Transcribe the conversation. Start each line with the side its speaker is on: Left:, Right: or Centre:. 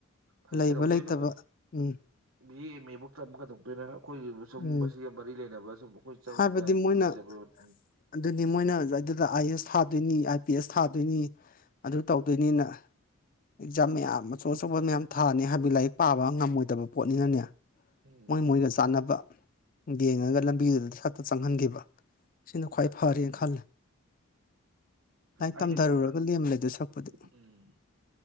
Right: ꯐꯩ
Left: ꯂꯩꯕ
Right: ꯀꯩꯗꯧꯗꯣꯏꯅꯣꯍꯦ
Left: ꯂꯩꯇꯕ ꯎꯝ
Right: ꯕꯤ ꯑꯦ ꯑꯦꯝ ꯑꯦ ꯐꯧꯇꯝ ꯀꯩꯗꯧꯗꯣꯏꯅꯣ ꯑꯈꯣꯏ ꯁꯨꯝ
Left: ꯎꯝ
Right: ꯃꯁꯤꯒ ꯃꯔꯤ ꯂꯩꯅꯕ ꯁꯨꯝ ꯑꯩꯈꯣꯏ ꯆꯪꯉꯤꯕ
Left: ꯍꯥꯏꯕꯗꯤ
Right: ꯂꯥꯏꯟꯁꯤꯒ
Left: ꯃꯣꯏꯅ
Right: ꯂꯩꯖꯕ ꯎꯝ
Left: ꯑꯗꯨꯗꯤ ꯃꯣꯏꯅ ꯑꯗꯨꯗ ꯑꯥꯏ ꯑꯦꯁ ꯊꯥꯗꯣꯏꯅꯤ ꯑꯥꯏ ꯄꯤ ꯑꯦꯁ ꯊꯥꯗꯣꯏꯅꯤ ꯑꯗꯨ ꯇꯧꯗꯣꯏꯅꯤꯅ ꯑꯦꯛꯖꯥꯝ ꯃꯌꯥꯝ ꯑꯆꯧ ꯑꯆꯧꯕ ꯃꯌꯥꯝ ꯊꯥꯅꯤ ꯍꯥꯏꯕꯗꯤ ꯂꯥꯏꯔꯤꯛ ꯄꯥꯕ ꯉꯝꯃꯣꯏꯗꯕ ꯄꯣꯠꯅꯤꯅꯅꯦ
Right: ꯎꯝ
Left: ꯃꯣꯏ ꯃꯣꯏꯒ ꯆꯥꯟꯅꯕ ꯌꯦꯡꯉꯒ
Right: ꯎꯝ
Left: ꯂꯝꯕꯤ <unintelligible> ꯆꯪꯍꯟꯒꯤꯕ ꯁꯤꯅ ꯈ꯭ꯋꯥꯏ ꯐꯔꯦꯅ
Right: ꯎꯝ
Left: ꯈꯜꯂꯦ ꯂꯥꯏꯔꯤꯛ
Right: ꯑꯩꯅꯁꯨ
Left: ꯇꯝꯊꯔꯨꯔꯒ ꯂꯦꯝꯂꯩꯗꯣꯏ ꯁꯛꯄꯨꯗꯤ
Right: ꯎꯝ